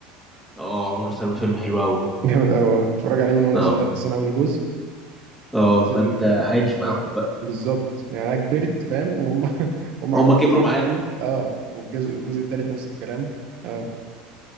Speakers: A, in the centre; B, on the right.
A: اه عمر وسلمى فيلم حلو قوي
B: <laughs> جامد قوي كنت بتفرج عليه من وانا
A: اه
B: صغير بس انا اول جزء
A: اه
B: كان نازل
A: فانت عايش
B: آه،
A: معاهم بقى
B: بالظبط يعني انا كبرت فاهم وهم <laughs> هم عملوا
A: هما كبروا
B: الجزء الثالث
A: معاك
B: اه والجزء الجزء الثالث نفس الكلام اه انت